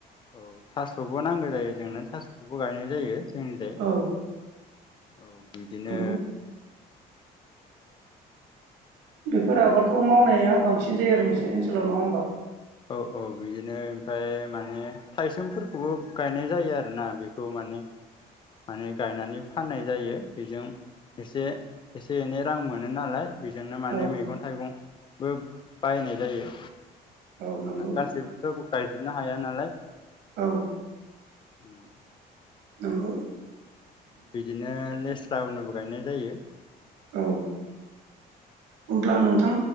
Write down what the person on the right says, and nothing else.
औ
नंगौ फोरा आबादखौ मावनाया बांसिन जायो आरो नोंसोरनि ओनसोलाव नङा होमबा
औ
औ
नंगौ
औ
नंगौ
औ हब्ला नोंथां